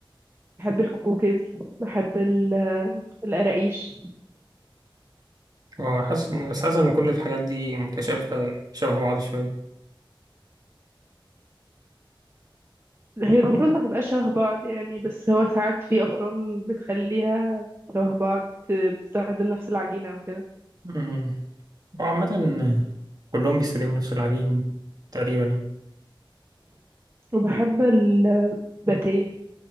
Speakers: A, on the right (about 25°); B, on the right (about 45°).
A: بحب الكوكيز بحب ال- القراقيش
B: وحاسس بس حاسس ان كل الحاجات دي متشابهة شبه بعض شوية
A: هي المفروض ما تبقاش شبه بعض يعني بس هو ساعات في أفران بتخليها شبه بعض بتستخدم نفس العجينة أو كده
B: أمم. وعامة كلهم بيستخدموا نفس العجين تقريبا يعني
A: وبحب الباتيه